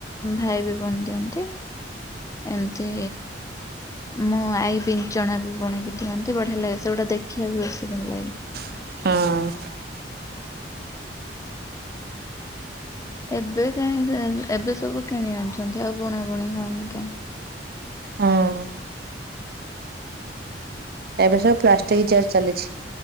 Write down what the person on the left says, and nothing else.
ଭାଇ ବି ବୁଣି ଦିଅନ୍ତି। ଏମତି ମୋ ଆଈ ବି ଚଣା ବି ବୁଣକି ଦିଅନ୍ତି ବଢିଆ ଲାଗେ ସେଗୁଟା ଦେଖିବାକୁ ବେଶୀ ଭଲ ଲାଗେ।
ଏବେ କାହିଁ ଏବେ ସବୁ କିଣି ଆଣିୁଛନ୍ତି ଆଉ ବୁଣାବୁଣି ହଉନି କାଇଁ?